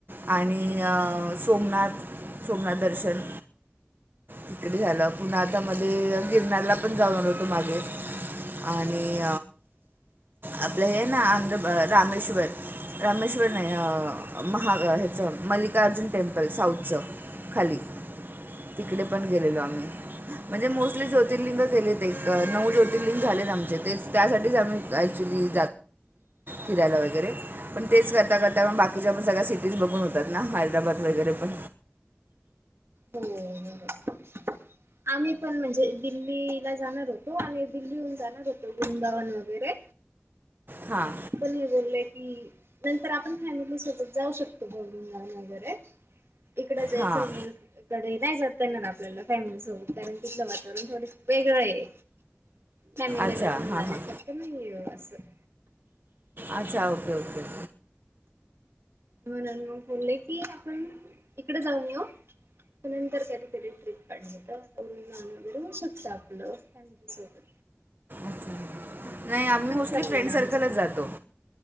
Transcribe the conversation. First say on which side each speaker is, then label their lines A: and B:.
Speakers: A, on the right; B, on the right.
A: आणि सोमनाथ सोमनाथ दर्शन तिकडे झालं पुन आता मध्ये गिरनारला पण जाऊन होतो मागे आणि आपलं हे ना आंध्र रामेश्वर रामेश्वर नाही अ,
B: हा
A: महा ह्याचं मल्लिकार्जुन टेम्पल साऊथच खाली तिकडे पण गेलेलो आम्ही
B: ह
A: म्हणजे मोस्टली ज्योतिर्लिंग केलेत एक नऊ ज्योतिर्लिंग झालेत आमचे ते त्यासाठीच आम्ही ऍक्च्युली कियला वग पण तेण बा तिच्या पण सगळ्या सिटीज बघून होतात ना हैदराबाद वगैरे पण
B: हो आम्ही पण म्हणजे दिल्लीला जाणार होतो आणि दिल्लीहून जाणार होतो वृंदावन वगैरे
A: हां
B: पण बोललंय कि नंतर आपण फॅमिली सोबत जाऊ शकतो घून जाऊन वगैरे इकड जयचल
A: हां
B: म कडे नाही जातय ना ना आपल्याला फॅमिली सोबत कारण तिथलं वातावरण थोड वेगळं आहे नाहीॅमिलेला
A: अच्छा
B: घेऊन
A: हां
B: जाणे
A: हां
B: सत नाही बसं
A: अच्छा ओके ओके
B: हो ना मग बोलले की आपण इकडे जाऊन येऊ नंतर कधीतरी ट्र्रीप काढण्यात तर आतावरून लहान वगैरे होऊ शकतं आपलं सोबत ह
A: अच्छा नाही आम्ही मोस्टली
B: ठरलेलं
A: फ्रेंड सर्कलच
B: आमचं तिकड
A: जातो